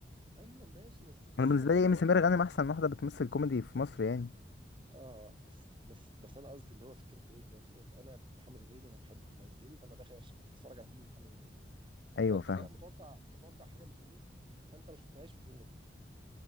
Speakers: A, on the right (about 30°); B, on the left (about 70°).
A: ايوه ماشي بس بس
B: انا بالنسبه
A: انا بقول
B: لي ايمي
A: لك
B: سمير
A: يعني
B: غانم احسن واحده بتمثل كوميدي في مصر يعني
A: اه بس بس بس انا قصدي اللي هو فكره ايه اللي هو فكره انا محمد هنيدي انا بحب محمد هنيدي فانا داخل أش- اتفرج على فيلم محمد هنيدي
B: ايوه
A: فانت
B: فاهم
A: بتبقى متوقع متوقع حاجه من هنيدي فانت ما شفتهاش في الفيلم ده